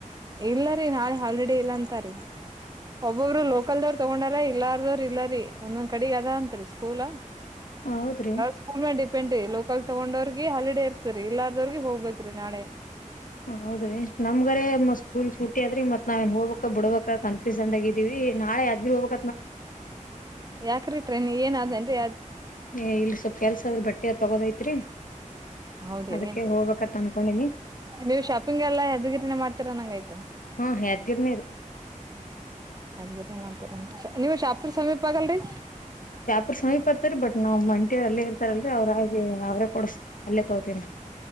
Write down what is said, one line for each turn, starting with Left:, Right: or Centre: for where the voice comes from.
Right: ಇಲ್ಲರಿ ನಾಳೆ ಹಾಲಿಡೇ ಇಲ್ಲ ಅಂತಾರಿೀ ಒಬ್ಬೊಬ್ರು ಲೋಕಲ್ದವ್ರು ತಗೊಂಡಾರ ಇಲ್ಲಾರದವರು ಇ ಇಲ್ಲ ರೀ ಒಂದೊಂದ್ ಕಡೆ ಅದ ಅಂತರಿ ಸ್ಕೂಲ್
Left: ಹೌದ್ರಿ
Right: ಸ್ಕೂಲ್ ಮ ಡಿಪೆಂಡ್ೀ ಲೋಕಲ್ ತಗೊಂಡೋರ್ ಹಲಡೆ ಇತ ದವರ್ಗೆ ಹೋಗ್ಬೇಕ್ರಿ ನಾಳೆ
Left: ಹೌದ್ರೀ ನಮ್ಗರ ಮತ್ ಸ್ಕೂಲ್ ಶುಟಿ ಆದ್ರಿ ಮತ್ ನಾವ ಏನ್ ಹೋಗ್ಬೇಕಕ್ ಬಿಡ್ಬಬೇಕ ಕನ್ಫ್ಯೂಸನ್ ಆಗಿದ್ದೀವಿ. ನಾಳೆ ಅ್ ಹೋಗ.
Right: ಯಾಕ್ರಿಟ್ರ ನೀ ಏನಾದಂತ.
Left: ಏ ಇಲ್ಲಿ ಸ್ವಲ್ಪ ಕೆಲ್ಸ ಆದ್ರೆ ಬಟ್ಟೆ ತಗೋದೈತ್ರಿ.
Right: ಹೌದ್ರಿ
Left: ಅದಕ್ಕೆ ಹೋಗ್ಬೇಕತ್ ಅನ್ಕೊಂಡಿನಿ
Right: ನೀವು ಶಾಪಿಂಗ್ ಎಲ್ಲ ಎದಗಿರಿನ ಮಾಡ್ತರಾ ನಂಗ ಆಯ್ತಾ.
Left: ಹಾ ಹಗರನೇರು.
Right: ಯ್ಗನೆ ಮಾಡ್ತೀರ ನೀವ್ ಶಾಪ್ರ ಸಮೀಪ ಆಗಲ್ರಿ.
Left: ಒ್ರ ಸಮೀಪ ಹತ್ತಾರ ಬಟ್ ನಾವ್ ಮಂಟಿಯರ್ ಅಲ್ಲೇ ಇರ್ತಾರಲ್ರಿ ಅವ್ರ ಹಾಗಿ ಅವ್ರೇ ಕೊಡಸ್ ಅಲ್ಲೇ ತಗೋತನ್ರಿ.